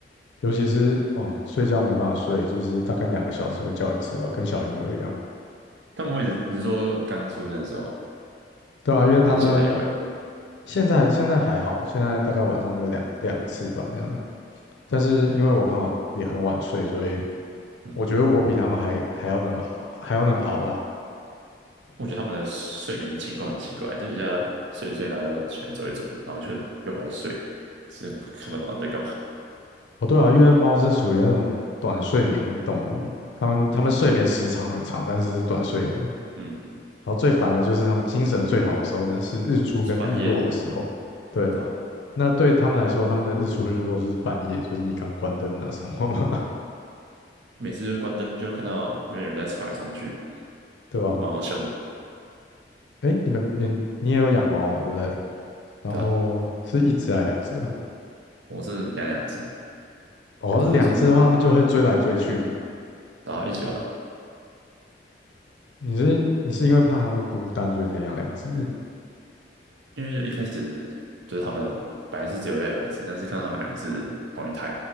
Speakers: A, on the left; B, on the right.
A: 尤其是哦，睡觉没办法睡，就是大概两个小时会叫一次吧，跟小婴儿一样。
B: 他们会一直，你是说刚出生的时候吗
A: 对啊，因为他们
B: 还是现在也会。
A: 现在现在还好，现在大概晚上就两两次吧，这样。但是因为我刚好也很晚睡，所以
B: 嗯，
A: 我觉得我比他们还还要能熬，还要能熬啦。
B: 我觉得他们的睡眠情况很奇怪，就是叫他睡一睡，然后又起来走一走，然后就又回来睡，这看不懂他们在干嘛。
A: 哦，对啊，因为猫是属于那种短睡眠的动物，它们它们睡眠时长很长，但是是短睡眠。
B: 嗯，
A: 然后最烦的就是它们精神最好的时候呢，是日出跟日落的时候。
B: 是半夜啊，
A: 对，
B: 对吧、
A: 那对他们来说，他们的日出日落就是半夜，就是你刚关灯那时候嘛，
B: 就每次就关灯就看到那边有人在冲来冲去，
A: <laughs> 对吧？
B: 蛮好笑的，
A: 哎，你们你你也有养猫嘛，对不对？然后是一只还两只啊？
B: 对吧、我是养两只，
A: 哦，
B: 两只都是
A: 两只的话，它们就会追来追去的。
B: 大家一起玩啊，
A: 你是你是因为怕它们孤单，所以才养两只？
B: 因为就一开始就是他们本来是只有一两只，但是看到他们两个是同一胎，